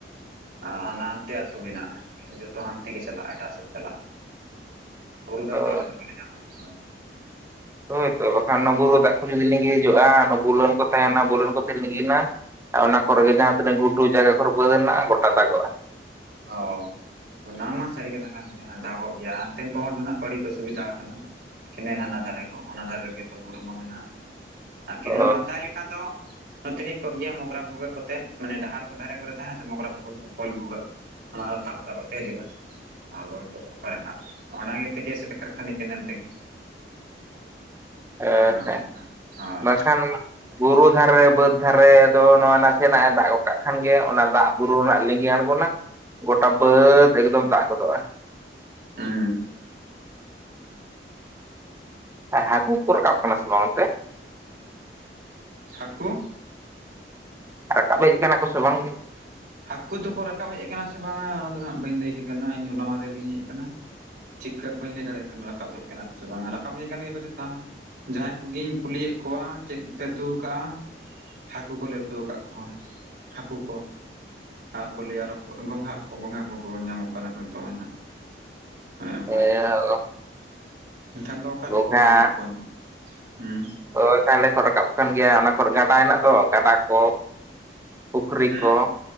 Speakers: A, on the right; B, on the right.
A: ᱟᱨ ᱦᱟᱱᱟ ᱦᱟᱱᱛᱮ ᱟᱹᱛᱩ ᱢᱮᱱᱟᱜ-ᱟ, ᱛᱟᱦᱚᱞᱮ ᱡᱚᱛᱚ ᱦᱟᱱᱛᱮ ᱜᱮ ᱪᱟᱞᱟᱜ-ᱟ, ᱮᱴᱟᱜ ᱥᱮᱫ ᱪᱟᱞᱟᱜ-ᱟ᱾
B: <inaudible>
A: ᱵᱩᱨᱩ ᱫᱟᱜ
B: ᱚ
A: ᱫᱚ ᱟᱞᱮ ᱫᱚ ᱵᱟᱞᱮ ᱧᱟᱢᱟ, ᱦᱳᱭ
B: ᱦᱳᱭᱛᱚ ᱵᱟᱠᱷᱟᱱ ᱚᱱᱟ ᱵᱩᱨᱩ ᱫᱟᱜ ᱠᱚ ᱡᱩᱫᱤ ᱞᱤᱸᱜᱤ ᱦᱤᱡᱚᱜ-ᱟ, ᱚᱱᱟ ᱵᱩᱞᱟᱹᱱ ᱠᱚ ᱛᱟᱦᱮᱱᱟ ᱵᱩᱞᱟᱹᱱ ᱠᱚ ᱛᱮ ᱞᱤᱸᱜᱤᱱᱟ᱾ ᱟᱨ ᱚᱱᱟ ᱠᱚᱨᱮ ᱜᱮ ᱡᱟᱦᱟᱸ ᱛᱤᱱᱟᱹᱜ ᱜᱷᱩᱴᱩ ᱡᱟᱭᱜᱟ ᱠᱚᱨᱮ ᱵᱟᱹᱫᱽ ᱦᱮᱱᱟᱜ-ᱟ ᱜᱚᱴᱟ ᱫᱟᱜᱚᱜ-ᱟ᱾
A: ᱚᱝ ᱚᱱᱟ ᱢᱟ ᱥᱟᱹᱨᱤ ᱠᱟᱛᱷᱟ ᱠᱟᱱ ᱜᱮᱭᱟ ᱫᱟᱜᱚᱜ ᱜᱮᱭᱟ, ᱦᱟᱱᱛᱮᱱ ᱠᱚ ᱦᱚᱲ ᱫᱚ ᱱᱟᱦᱟᱸᱜ ᱠᱚ ᱟᱹᱰᱤ ᱠᱚ ᱥᱩᱵᱤᱫᱷᱟᱣ ᱠᱟᱱᱟ᱾ ᱠᱮᱱᱮᱞ ᱦᱟᱱᱟ ᱫᱷᱟᱨᱮ ᱠᱚ ᱚᱱᱟ ᱫᱷᱟᱨᱮ ᱨᱮᱜᱮ ᱛᱚ ᱵᱩᱨᱩ ᱢᱟ ᱢᱮᱱᱟᱜ-ᱟ, ᱟᱨ ᱠᱮᱱᱮᱞ
B: ᱚ
A: ᱵᱟᱝ ᱛᱟᱦᱮᱸ ᱞᱮᱱᱠᱷᱟᱱ ᱫᱚ ᱱᱚᱛᱮ ᱦᱮᱡ ᱠᱚᱜ ᱜᱮᱭᱟ ᱢᱚᱜᱨᱟ ᱵᱷᱩᱜᱟᱹᱜ ᱠᱚᱛᱮᱜ, ᱢᱟᱱᱮ ᱰᱟᱦᱟᱨ ᱠᱚ ᱫᱷᱟᱨᱮ ᱠᱚᱨᱮ ᱛᱟᱦᱮᱸᱱᱟ ᱥᱮ ᱢᱚᱜᱽᱨᱟ ᱵᱷᱩᱜᱟᱹᱜ ᱯᱚᱞ ᱵᱷᱩᱜᱟᱹᱜ ᱠᱚ᱾ ᱚᱱᱟ ᱦᱚᱸ ᱛᱟᱵ ᱛᱟᱵ ᱟᱛᱮ ᱦᱤᱡᱩᱜ-ᱟ। ᱟᱫᱚ ᱦᱤᱛᱳᱜ ᱫᱚ ᱚᱠᱟᱨᱮ ᱱᱟᱦᱟᱜ, ᱚᱱᱟ ᱜᱮ ᱛᱮᱜᱮ ᱮᱥᱮᱫ ᱟᱠᱟᱫ ᱠᱷᱟᱱᱮ ᱠᱮᱱᱮᱞ ᱛᱮᱜᱮ
B: <inaudible> ᱮᱸᱻ
A: ᱚᱱᱠᱟ
B: ᱦᱮᱸ
A: ᱦᱳᱭ
B: ᱵᱟᱝᱠᱷᱟᱱ ᱵᱩᱨᱩ ᱫᱷᱟᱨᱮ ᱵᱟᱹᱫᱽ ᱫᱷᱟᱨᱮ ᱫᱚ ᱱᱚᱣᱟ ᱱᱟᱥᱮᱱᱟᱜ- ᱮ ᱫᱟᱜ ᱜᱚᱫ ᱠᱟᱜ ᱠᱷᱟᱱ ᱜᱮ ᱚᱱᱟ ᱫᱟᱜ ᱵᱩᱨᱩ ᱨᱮᱱᱟᱜ ᱞᱤᱸᱜᱤ ᱟᱬᱜᱚᱱᱟ ᱜᱚᱴᱟ ᱵᱟᱹᱫᱽ ᱮᱠᱫᱚᱢ ᱫᱟᱜ ᱜᱚᱫᱚᱜ-ᱟ᱾
A: ᱦᱩᱸᱻ
B: ᱟᱨ ᱦᱟᱹᱠᱩ ᱠᱚ ᱨᱟᱠᱟᱵ ᱠᱟᱱᱟ ᱥᱮ ᱵᱟᱝ ᱚᱱᱛᱮ?
A: ᱦᱟᱠᱩ,
B: ᱨᱟᱠᱟᱵ ᱦᱮᱡ ᱟᱠᱟᱱᱟ ᱠᱚ ᱥᱮ ᱵᱟᱝ?
A: ᱦᱟᱹᱠᱩ ᱫᱚᱠᱚ ᱨᱟᱠᱟᱵ ᱦᱮᱡ ᱟᱠᱟᱱᱟ ᱥᱮ ᱵᱟᱝᱟ ᱚᱱᱟ ᱫᱚ ᱱᱟᱦᱟᱸᱜ ᱵᱟᱹᱧ ᱞᱟᱹᱭ ᱠᱮ ᱠᱟᱱᱟ, ᱤᱧ ᱦᱚᱞᱟ ᱢᱟᱦᱟᱫᱷᱮᱨ ᱜᱤᱧ ᱦᱮᱡ ᱟᱠᱟᱱᱟ᱾ ᱪᱤᱠᱟᱹ ᱵᱟᱹᱧ ᱞᱟᱹᱭ ᱫᱟᱲᱮᱭᱟᱜ ᱠᱟᱱᱟ ᱨᱟᱠᱟᱵ ᱦᱮᱡ ᱠᱟᱱᱟᱠᱚ ᱥᱮ ᱵᱟᱝ-ᱟ, ᱨᱟᱠᱟᱵ ᱦᱮᱡ ᱟᱠᱟᱱ ᱜᱮᱭᱟ ᱠᱚ ᱥᱮ ᱪᱮᱛᱟ᱾ ᱡᱟᱦᱟᱸᱭ ᱠᱚᱜᱮᱧ ᱠᱩᱞᱤᱭᱮᱫ ᱠᱚᱣᱟ ᱪᱮᱫ ᱯᱮ ᱩᱛᱩ ᱠᱟᱜ-ᱟ? ᱦᱟᱹᱠᱩ ᱠᱚᱞᱮ ᱩᱛᱩ ᱟᱠᱟᱫ ᱠᱚᱣᱟ, ᱦᱟᱹᱠᱩ ᱠᱚ᱾ ᱟᱨ ᱠᱚ ᱞᱟᱹᱭᱟ ᱨᱚᱠᱚᱡ ᱜᱚᱝᱜᱷᱟ ᱠᱚ ᱜᱚᱸᱜᱷᱟ ᱠᱚᱠᱚ ᱧᱟᱢᱚᱜ ᱠᱟᱱᱟ ᱠᱚ ᱱᱤᱛᱚᱜ ᱢᱟ ᱱᱟᱦᱟᱜ। ᱚᱱᱮ
B: <unintelligible>
A: ᱚᱱᱠᱟ ᱮᱱᱠᱷᱟᱱ ᱫᱚ ᱚᱠᱟ
B: ᱜᱚᱝᱜᱷᱟ
A: ᱨᱮᱠᱚ ᱧᱟᱢᱮᱫ ᱠᱚᱣᱟ ᱱᱟᱦᱟᱸᱜ᱾ ᱦᱩᱸ᱾
B: ᱦᱳᱭ ᱛᱟᱦᱚᱞᱮ ᱠᱚ ᱨᱟᱠᱟᱵ ᱠᱟᱱ ᱜᱮᱭᱟ᱾ ᱚᱱᱟ ᱠᱚᱨᱮ ᱜᱟᱰᱟ ᱦᱮᱱᱟᱜ ᱫᱚ ᱜᱟᱰᱟ ᱠᱚ ᱯᱩᱠᱷᱨᱤ
A: ᱦᱩᱸ᱾
B: ᱠᱚ